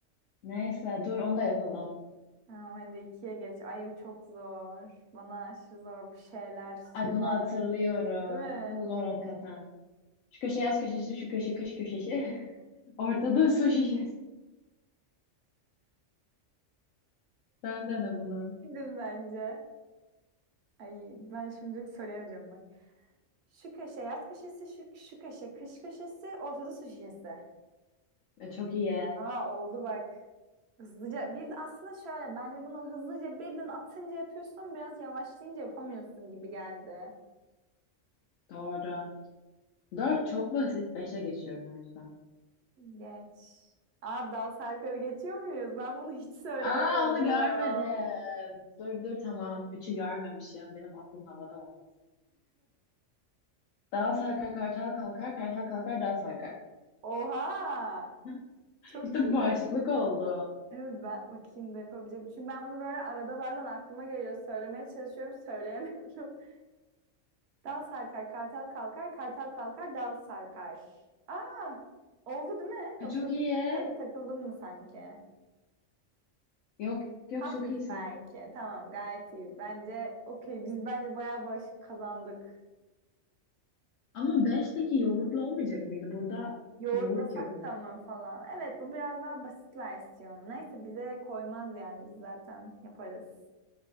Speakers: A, on the left; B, on the right.
A: Neyse dur onu da yapalım.
B: Tamam, hadi ikiye geç. Ay çok zor. Bana aşırı zor bu şeyler. Sular
A: Ay bunu hatırlıyorum.
B: değil mi?
A: Bu zor hakikaten. Şu köşe yaz köşesi, şu köşe kış köşesi. <laughs> Ortada su şişesi. Sen dene bunu.
B: Gidin bence. Ay ben şimdilik söyleyemeyeceğim bak. Şu köşe yaz köşesi, şu, şu köşe kış köşesi, ortada su şişesi.
A: E, çok iyi.
B: Aa oldu bak. Hızlıca bir aslında şöyle bence bunu hızlıca birden atınca yapıyorsun biraz yavaşlayınca yapamıyorsun gibi geldi.
A: Doğru. Dört çok basit. Beşe geçiyorum o yüzden.
B: Geç. Aa dal sarkarı geçiyor muyuz? Ben bunu hiç söyleyemiyorum.
A: Aa onu görmedim. Dur dur tamam. Üçü görmemişim. Benim aklım havada olmuş. Dağ sarkar kartal kalkar. Kartal kalkar dağ sarkar.
B: Oha!
A: <laughs>
B: Çok
A: İşte
B: iyi.
A: bu bağışıklık oldu.
B: Evet ben bakayım da yapabileceğim. Çünkü ben bunu böyle arada bazen aklıma geliyor. Söylemeye çalışıyorum, söyleyemiyorum. <laughs> Dal sarkar, kartal kalkar, kartal kalkar, dal sarkar. Aa, oldu değil mi?
A: Ha,
B: Yoksa
A: çok iyi.
B: bir şeyde takıldım mı sanki?
A: Yok yok
B: Hafif
A: çok iyisin.
B: belki. Tamam, gayet iyi. Bence okey. Biz bence bayağı bağışık kazandık.
A: Ama beşteki yoğurtlu olmayacak mıydı? Burada
B: Yoğurtlasak
A: yoğurt yok.
B: da mı falan. Evet, bu biraz daha basit versiyonu. Neyse bize koymaz yani. Biz zaten yaparız.